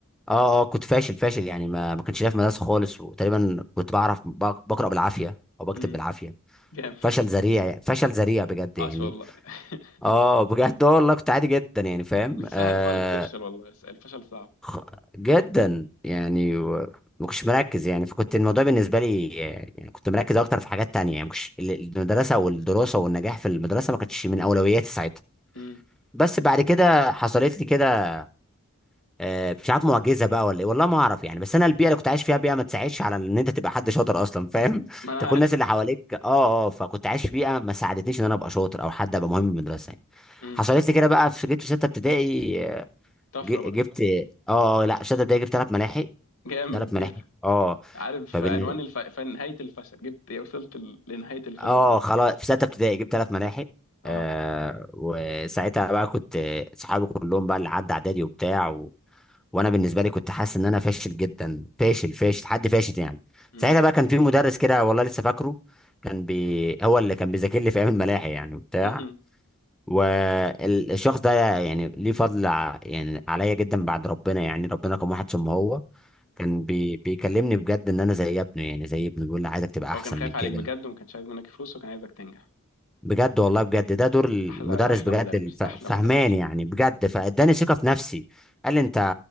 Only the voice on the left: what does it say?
امم
جامد
عاش
والله <laughs>
مش سهل
خالص تفشل والله الفشل صعب
امم
ما انا
عارف
امم
طفره
بقى
جامد
يعني
عارف
عنوان الف... فن- نهايه الفشل جبت إيه؟ وصلت ل- لنهايه الفشل
اه
امم
<laughs>
هو كان خايف
عليك بجد وما كانش عايز منك فلوس وكان عايزك تنجح
سلام
احلى احلى
مدرس
احلى
مدرس